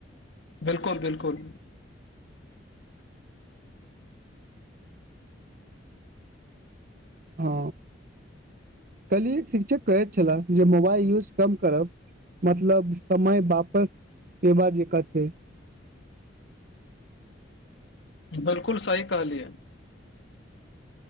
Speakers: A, on the left; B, on the right.
A: बिलकुल बिलकुल
B: हँ कहलियै शिक्षक कहैत छलाह जे मोबाइल यूज कम करब मतलब समय वापस एवा जेका छै <inaudible>
A: बिलकुल सही कहलियए